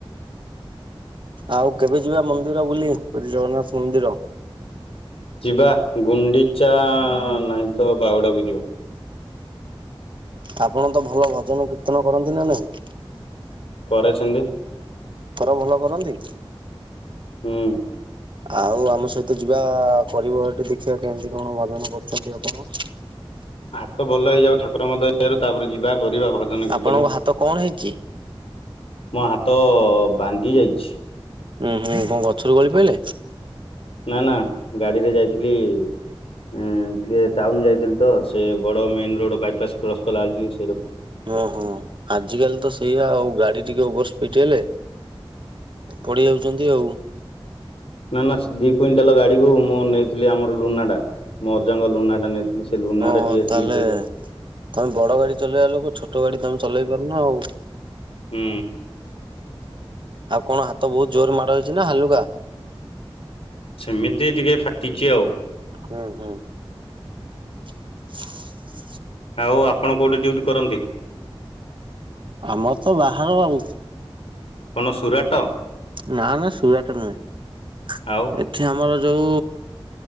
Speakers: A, on the right; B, on the left.
A: ଆଉ କେବେ ଯିବା ମନ୍ଦିର ବୋଲି? ପୁରୀ ଜଗନ୍ନାଥ ମନ୍ଦିର।
B: ଯିବା ଗୁଣ୍ଡିଚା ନାହିଁ ତ ବାହୁଡାକୁ ଯିବା।
A: ଆପଣ ତ ଭଲ ଭଜନ କୀର୍ତ୍ତନ କରନ୍ତି ନା ନାଇଁ?
B: କରେ ସେମିତି।
A: କର ଭଲ କରନ୍ତି?
B: ହୁଁ।
A: ଆଉ ଆମ ସହିତ ଯିବା କରିବ ଏଠି ଦେଖିବା କେମିତି କଣ ଭଜନ କରୁଛନ୍ତି ଆପଣ।
B: ହାତ ଭଲ ହେଇଯାଉ ଠାକୁର ଙ୍କ ଦୟାରୁ ତାପରେ ଯିବା କରିବା ଭଜନ କୀର୍ତ୍ତନ।
A: ଆପଣଙ୍କ ହାତ କଣ ହେଇଛି?
B: ମୋ ହାତ ଭାଙ୍ଗି ଯାଇଛି।
A: ଉୁଁ ହୁଁ କଣ ଗଛରୁ ଗଳି ପଇଲେ?
B: ନା ନା ଗାଡିରେ ଯାଇଥିଲି ଉଁ ଟିକେ ଟାଉନ ଯାଇଥିଲି ତ। ସେ ବଡ ମେନ ରୋଡ ବାଇପାସ କ୍ରସ୍ କଲାବେଳେ
A: ଓହୋ! ଆଜି କାଲି ତ ସେଇଆ ଆଉ ଗାଡି ଟିକେ ଓବର୍ ଫିଟେଇଲେ ପଢି ଯାଉଛନ୍ତି ଆଉ।
B: ନା ନା ଦି କୁଇଣ୍ଟାଲ ଗାଡିକୁ ମୁଁ ନେଇଥିଲି ଆମର ଲୁନା ଟା ମୋ ଅଜାଙ୍କ ଲୁନା ଟା ନେଇଥିଲି ସେ ଲୁନାରେ
A: ଓ
B: ଟିକେ ସ୍ଲିପ
A: ତାହେଲେ
B: ହେଇଗଲା।
A: ତମେ ବଡ ଗାଡି ଚଲେଇବା ଲୋକ ଛୋଟ ଗାଡି ତମେ ଚଲେଇ ପାରୁନ ଆଉ।
B: ହୁଁ।
A: ଆଉ କଣ ହାତ ବହୁତ ଜୋର ମାଡ ହେଇଛି ନା ହାଲୁକା?
B: ସେମିତି ଟିକେ ଫାଟିଛି ଆଉ।
A: ହୁଁ ହୁଁ। <unintelligible>
B: ଆଉ ଆପଣ କୋଉଠି ଡ୍ୟୁଟି କରନ୍ତି?
A: ଆମର ତ ବାହାର ଆଉ।
B: କଣ ସୁରାଟ?
A: ନା ନା ସୁରାଟ ନୁହେଁ
B: ଆଉ
A: ଏଠି ଆମର ଯୋଉ